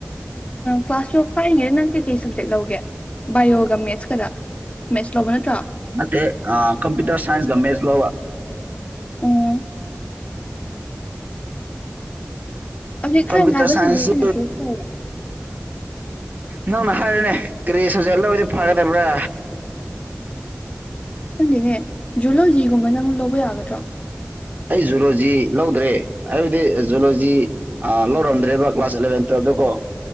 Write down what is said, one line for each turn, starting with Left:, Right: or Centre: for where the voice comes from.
Left: ꯀ꯭ꯂꯥꯁ ꯇꯨꯋꯜꯞ ꯐꯥꯏꯔꯤꯉꯩꯗ ꯅꯪ ꯀꯩꯀꯩ ꯁꯕꯖꯦꯛ ꯂꯧꯒꯦ ꯕꯥꯏꯑꯣꯒ ꯃꯦꯠꯁꯀꯗ ꯃꯦꯁ ꯂꯕ ꯅ ꯇꯣ
Right: ꯃ ꯑ ꯀꯝꯄ꯭ꯌꯨꯇꯔ ꯁꯥꯏꯟꯁꯒ ꯃꯦꯁ ꯂꯧꯕ
Left: ꯎꯝ ꯍꯧꯖꯤꯛ ꯈꯔ
Right: ꯀꯝꯄ꯭ꯌꯨꯇꯔ
Left: ꯅꯥꯥꯏꯕ
Right: ꯁꯥꯏꯟꯁꯁꯨ
Left: ꯁꯕꯖꯦꯛ ꯑꯣꯏꯅ ꯆꯨꯁ ꯇꯧꯔꯦ
Right: ꯅꯪꯅ ꯍꯥꯏꯔꯅꯦ ꯀꯔꯤ ꯁꯁꯦ ꯂꯣꯏꯕꯗꯤ ꯐꯒꯗꯕ꯭ꯔꯥ
Left: ꯈꯪꯗꯦꯅꯦ ꯖꯨꯂꯣꯖꯤꯒꯨꯝꯕ ꯅꯪ ꯂꯧꯕ ꯌꯥꯒꯗ꯭ꯔꯣ
Right: ꯑꯩ ꯖꯨꯂꯣꯖꯤ ꯂꯧꯗ꯭ꯔꯦ ꯍꯥꯏꯕꯗꯤ ꯖꯨꯂꯣꯖꯤ ꯑ ꯂꯧꯔꯝꯗ꯭ꯔꯦꯕ ꯀ꯭ꯂꯥꯁ ꯑꯦꯂꯕꯦꯟꯇ ꯑꯗꯨ ꯀꯣ